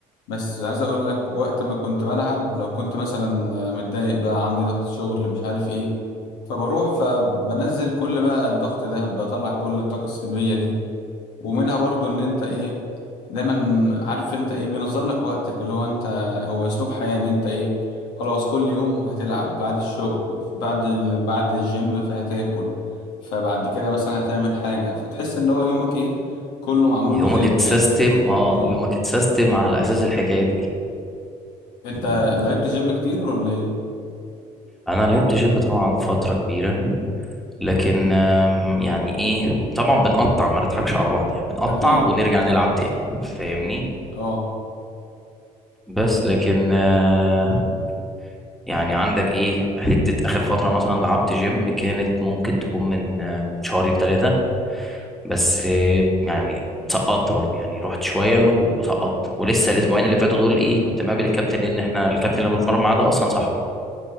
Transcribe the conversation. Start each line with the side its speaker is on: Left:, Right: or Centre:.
Left: بس عايز اقول لك وقت ما كنت بلعب لو كنت مثلا متضايق بقى عندي ضغط شغل مش عارف ايه فبروح فبنزل كل بقى الضغط ده بطلع كل الطاقة السلبية دي ومنها برضو ان انت ايه دايما عارف انت ايه بينظم لك وقتك اللي هو انت هو اسلوب حياة ان انت ايه خلاص كل يوم هتلعب بعد الشغل بعد ال- بعد الجيم فهتاكل فبعد كده مثلا هتعمل حاجة فتحس ان هو يومك ايه كله معمول
Centre: يومك
Left: له زي بلان
Centre: اتسيستم
Left: كده
Centre: اه
Left: اه
Centre: يومك اتسيستم على اساس الحكاية
Left: انت
Centre: دي
Left: لعبت جيم كتير ولا ايه
Centre: انا
Left: انا
Centre: لعبت
Left: لعبت
Centre: جيم طبعا فتره كبيره لكن آم، يعني ايه طبعا بنقطع ما نضحكش على بعض يعني بنقطع
Left: اكيد
Centre: ونرجع نلعب تاني فاهمني
Left: اه
Centre: بس لكن آه، يعني عندك ايه حته اخر فتره مثلا لعبت جيم كانت ممكن تكون من آه، من شهرين ثلاثه بس آه، يعني سقطت برضه يعني رحت شويه وسقطت ولسه الاسبوعين اللي فاتوا دول ايه كنت مقابل الكابتن لان احنا الكابتن اللي بتمرن معاه ده اصلا صاحبي